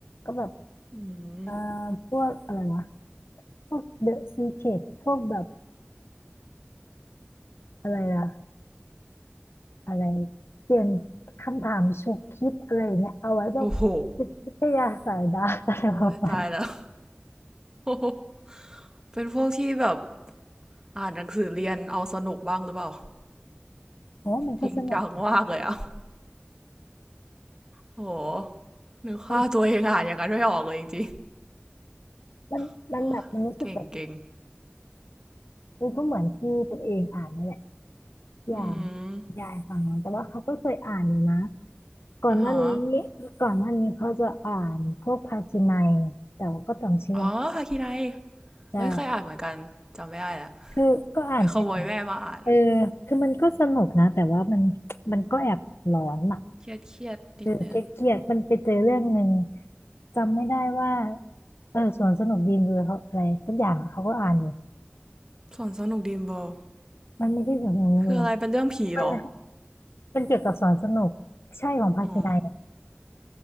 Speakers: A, on the left (about 85°); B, on the right (about 20°).
A: ก็แบบ
B: อืม
A: เอ่อพวกอะไรวะพวก The Secret พวกแบบอะไรนะ อะไรเปลี่ยนคำถามฉุกคิดอะไรอย่างเงี้ยเอาไว้แบบจิตวิทยาสายดาร์กอะไรประมาณนี้
B: โอ้โหโอ้ยตายแล้ว <laughs> เป็นพวกที่แบบ อ่านหนังสือเรียนเอาสนุกบ้างหรือเปล่า
A: เพราะว่ามันก็สนุก
B: จริงจังมากเลยอ่ะโอ้โหนึกค่าตัวเองอ่านอย่างนั้นไม่ออกเลยจริง
A: มันมันมันแบบมันรู้สึกแบบ
B: ๆเออเก่งเก่ง
A: มันก็เหมือนที่ตัวเองอ่านนั่นแหละอย่าง
B: อืม
A: ยายฟังนะแต่ว่าเขาก็เคยอ่านอยู่นะก่อนหน้านี้
B: อ่าฮะ
A: ก่อนหน้านี้เขาจะอ่านพวกภาคีนัยแต่ว่าก็ต้องเชื่อม
B: อ๋อฮาคิไน
A: ใช่
B: เอ้ยเคยอ่านเหมือนกันจำไม่ได้ละ
A: คือก็อ่านไปหลาย
B: ไปขโมยแม่มาอ่าน
A: เออคือมันก็สนุกนะแต่ว่ามันมันก็แอบหลอนอะ
B: เครียดเครียดนิดนึง
A: เออเกลียดๆมันไปเจอเรื่องหนึ่งจำไม่ได้ว่าเออสวนสนุกบีมเบอร์เขาอะไรสักอย่างอะเขาก็อ่านอยู่
B: ส่วนสนุกดีมเบล
A: มันไม่ใช่สวนสนุกบีมเบอร์
B: คืออะไรเป็นเรื่องผีเหรอ
A: มันนะมันเกี่ยวกับสวนสนุกใช่ของภาคีนัยอะ
B: อ๋อ